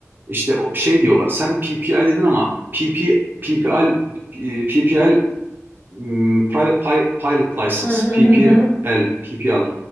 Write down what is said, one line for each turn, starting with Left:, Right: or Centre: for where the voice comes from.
Right: işte o- şey diyorlar. Sen PPI dedin ama PP, PPL, e, P P L Hmm, Private Pi- Pilot License,
Left: Hı hı
Right: PPL,
Left: hı hı.
Right: PPL